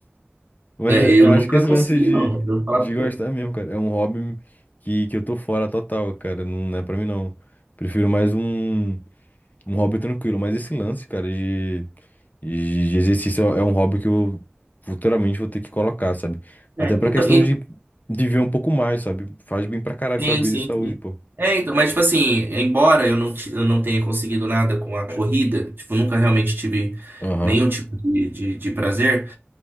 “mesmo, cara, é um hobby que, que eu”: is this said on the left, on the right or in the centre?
Left